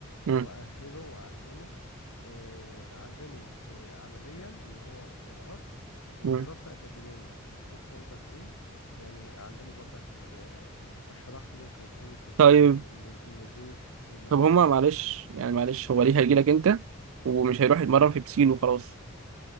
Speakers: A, on the right; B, on the left.
A: مم.
B: واهله واعلمه آه، اعلمه ب- عمليا ان هو الغطس ودراسه
A: مم.
B: اكاديميه بحيث برضك ايه يعني اعلمه برضك ال- اشرح له كيفيه ال-
A: طيب
B: النز- النزول والمسافات
A: طب هما معلش يعني معلش هو
B: اه
A: ليه هيجي لك انت ومش هيروح يتمرن في بسين وخلاص